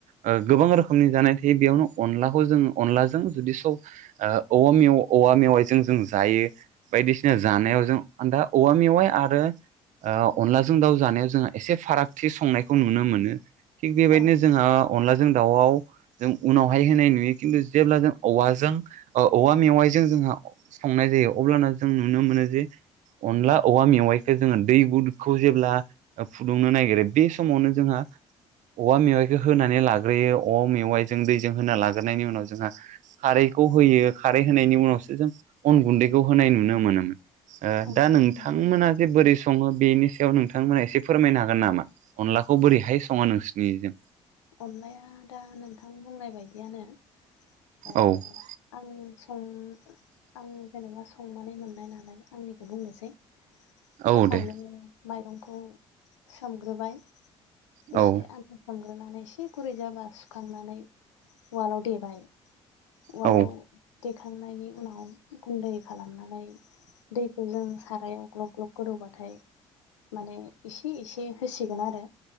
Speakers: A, on the right; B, on the left.
A: ओ गोबां रोखोमनि जानाय थायो बेयावनो अनलाखौ जोङो अनलाजों जुदि सब ओ औवा मेव औवा मेवाइजों जों जायो बायदिसिना जानायाव जों दा औवा मेवाइ आरो ओ अनलाजों दाउ जानाया जों एसे फाराग थि संनायखौ नुनो मोनो थिग बेबायदिनो
B: औ
A: जोंहा अनलाजों दाउआव जों उनावहाय होनाय नुयो खिन्थु जेब्ला जों औवाजों ओ औवा मेवाइजों जोंहा संनाय जायो अब्लाना जों नुनो मोनो जे अनला औवा मेवाइखो जोङो दै गुदखौ जेब्ला ओ फुदुंनो नागिरो बे समावनो जोंहा औवा मेवाइखो होनानै लाग्रोयो औवा मेवाइजों दैजों होना लाग्रोनायनि उनाव जोंहा खारै खौ होयो खारै होनायनि उनावसो जों अन गुन्दैखौ होनाय नुनो मोनोमोन। ओ
B: औ नंगौ
A: दा नोंथांमोना जे बोरै सङो बेनि सायाव नोंथांमोना एसे फोरमायनो हागोन नामा? अनलाखौ बोरैहाय सङा नोंसनिजों?
B: अनलाया दा नोंथां बुंनाय बायदियानो ओ
A: औ
B: आं सं आंनि जेनेबा संनानै मोननाय नालाय आंनिखौ बुंनोसै फार्स्टआवनो
A: औ दे
B: माइरंखौ सोमग्रोबाय
A: औ
B: एसे आनथा सोमग्रोनानै एसे गुरै जाबा सुखांनानै उवालाव देबाय उवालाव
A: औ
B: देखां नायनि उनाव गुन्दै खालाम नानै दैखौ जों सारायाव ग्लब ग्लब गोदौबाथाय माने एसे एसे होसिगोन आरो